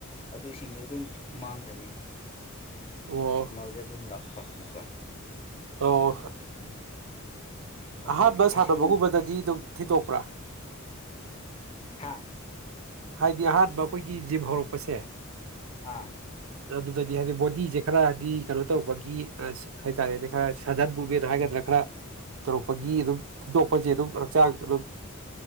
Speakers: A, on the left; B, on the right.
A: ꯑꯗꯨꯁꯤꯡꯗꯣ ꯑꯗꯨꯝ ꯃꯥꯡꯈ꯭ꯔꯅꯤ
B: ꯑꯣ
A: ꯑꯗ ꯑꯗꯨꯝ ꯂꯥꯛꯄ ꯑꯃꯨꯛꯀ
B: ꯑꯣ
A: ꯎꯝ ꯑꯗꯨꯗꯤ
B: ꯑꯍꯥꯟꯕ
A: ꯀꯩꯁꯨ
B: ꯁꯥꯟꯅꯕꯒꯨꯝꯕꯗꯒꯤ ꯑꯗꯨꯝ ꯊꯤꯗꯣꯛꯄ꯭ꯔꯥ
A: ꯍꯥꯥ
B: ꯍꯥꯏꯗꯤ ꯑꯍꯥꯟꯕ ꯑꯩꯈꯣꯏꯒꯤ ꯖꯤꯕ ꯍꯧꯔꯛꯄꯁꯦ
A: ꯑꯥ
B: ꯑꯗꯨꯗꯗꯤ ꯍꯥꯏꯗꯤ ꯃꯕꯣꯗꯤꯁꯦ ꯈꯔ ꯍꯥꯏꯗꯤ ꯀꯩꯅꯣ ꯇꯧꯔꯛꯧꯕꯒꯤ ꯑ ꯍꯥꯏꯇꯥꯔꯦꯅꯦ ꯈꯔ ꯁꯗꯠꯕꯨꯕꯔ
A: ꯎꯝ
B: ꯍꯥꯏꯒꯗ꯭ꯔꯅ ꯈꯔ ꯇꯧꯔꯛꯄꯒꯤ ꯑꯗꯨꯝ ꯊꯤꯟꯗꯣꯛꯄꯁꯦ ꯑꯗꯨꯝ ꯍꯛꯆꯥꯡ ꯑꯗꯨꯝ